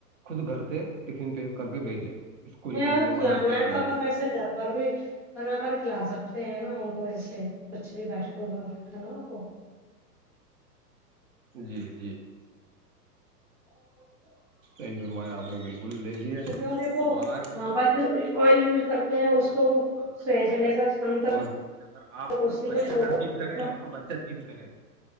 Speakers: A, on the right; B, in the centre.
A: خود گھر سے ٹفن پیک کر کے بھیجے اسکول
B: نہیں
A: کے لیے
B: کھلانا
A: مدرس
B: ہے
A: کے لیے
B: تو اپن ایسے گھر اور بھی بنا کر کھلا سکتے ہیں نا ان کو جیسے کچھ بھی فاسٹ فڈ ب نا کو
A: جی جی
B: ا ج
A: گھرایاپ نے بالکل بول دیک ہی ہے
B: ہوں گے وہ
A: باہر کا
B: وہاں
A: فاسٹ
B: پر جو
A: فوڈ
B: آئل یوز
A: بہت
B: کرتے ہیں اس
A: زیادہ
B: کو وہ
A: لوگ تا
B: سوے سے لے
A: ہے
B: کر شام
A: اور جے اگر
B: تک
A: آپ کبھی
B: اسی
A: بچہ
B: کو
A: اگر جیت کرے
B: اتنا
A: آپ کا بچہ بہ جید کرے